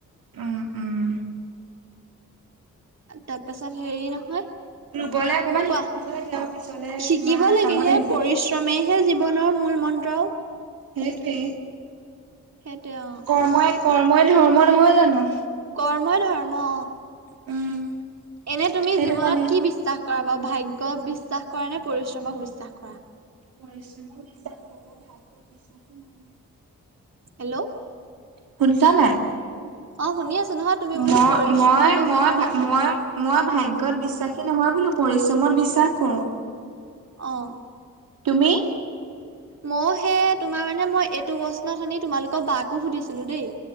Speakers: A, on the right (about 80°); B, on the right (about 50°).
A: উম উম।
B: তাৰপাছত হেৰি নহয়।
A: ৰুবলৈ অকমান
B: কোৱা।
A: শিকি থব লাগে আৰু পিছলে
B: শিকিব
A: তোমাৰ
B: লাগে
A: কামত
B: হে
A: আহিব।
B: পৰিশ্ৰমেহে জীৱনৰ মূল মন্ত্ৰ।
A: নেটি
B: সেইটো অ
A: কৰ্মই কৰ্মই ধৰ্ম নহয় জানো
B: কৰ্ম ই ধৰ্ম
A: উম
B: এনে তুমি
A: সেইটো
B: জীৱনত
A: কাৰণে
B: কি বিশ্বাস কৰা ব ভাগ্য বিশ্বাস কৰা নে পৰিশ্ৰমক বিশ্বাস কৰা
A: পৰিশ্ৰমক বিশ্বাস বোৰ মই ভাল পত বিশ্বাসী নহয়
B: হেল্ল'
A: শুনিছা নাই
B: অ শুনি আছো নহয় তুমি বোলো
A: মই
B: পৰিশ্ৰমক বেছি
A: মই
B: বিশ্বাস
A: মই মই
B: নাইত
A: মই ভাগ্যত বিশ্বাসী নহয় বোলো পৰিশ্ৰমত বিশ্বাস কৰো
B: অঁ
A: তুমি
B: মই সে তোমাৰ মানে মই এইটো প্ৰশ্ন তোমালোকৰ বাকো সুধিছিলো দেই